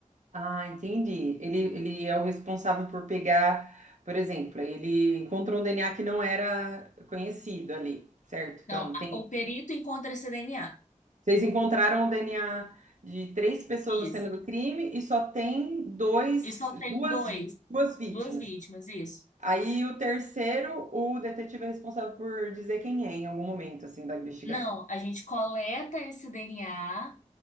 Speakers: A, on the right (about 70°); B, on the left (about 70°).
A: Ah, entendi. Ele, ele é o responsável por pegar, por exemplo, ele encontrou um DNA que não era conhecido ali, certo?
B: então
A: Então,
B: a-
A: tem,
B: o perito encontra esse DNA.
A: vocês encontraram o DNA de três pessoas
B: Isso.
A: na cena do crime e só tem dois,
B: E só tem
A: duas,
B: dois,
A: duas vítimas.
B: duas vítimas, isso.
A: Aí o terceiro, o detetive é responsável por dizer quem é em algum momento, assim, da investigação.
B: Não, a gente coleta esse DNA,